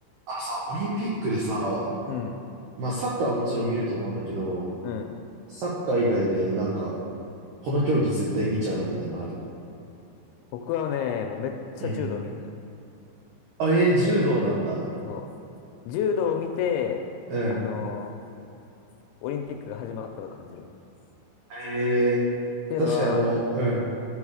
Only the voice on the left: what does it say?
うん。
うん。
僕はね、もうめっちゃ柔道見んのよ。
そう。柔道を見て、
あのーオリンピックが始まったと感じる。っ
ていうのは、